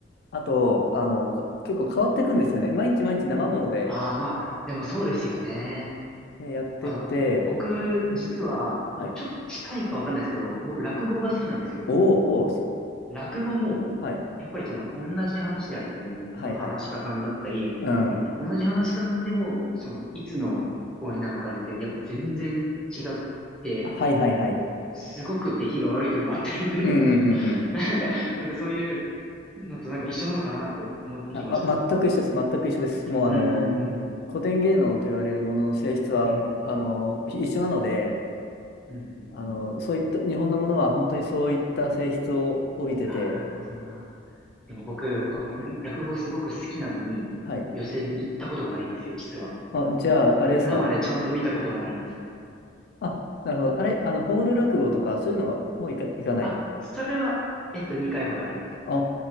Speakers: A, on the left; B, in the centre.
A: あと、あの、か結構変わっていくんですよね。毎日毎日生もので、
B: あ。ああ、まあ、でもそうですよね。
A: ね、やってって、
B: あの、僕、実は、
A: はい。
B: まあ、ちょっと近いかわかんないですけど、僕、落語が好きなんですよ。
A: おーおー、そ
B: 落語も
A: はい。
B: やっぱりその同じ話であっても、
A: はいはい。
B: その話し家さんだったり、
A: うん。
B: で、同じ話し家さんでも、そのいつの公演なのかによって、やっぱ全然違って、
A: はいはいはい。
B: すごく出来が悪い時もあったりするんですよ。
A: うんうんうんうん。
B: <laughs> なんか、なんかそういうのとなんか一緒なのかなって思ってきました。
A: あ、ま、全く一緒です。全く一緒です。もうあの、
B: うんうん
A: 古典芸能と言われるものの性質は、
B: うんうん。
A: あの、一緒なので、
B: うんうんうんうんうんうんうんうんうん
A: あの、そういった、日本のものは本当にそういった性質を帯びてて、
B: いやー、なるほどな。でも僕、この落語すごく好きなのに、
A: はい。はい。
B: 寄席に行ったことがないんですよ、実は。
A: あ、じゃあ、
B: な、
A: あれですか。
B: 生でちゃんと見たことがないんです。
A: あ、なるほど。あれ、あの、ホール落語とか、そういうのはもういか、いかない。
B: あ、それは、えっと、2回ほどあります。
A: お